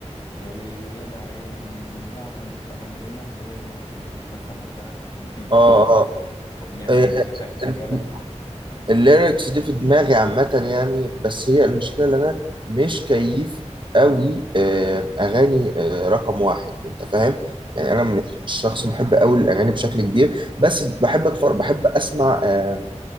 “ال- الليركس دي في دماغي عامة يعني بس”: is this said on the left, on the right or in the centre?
Right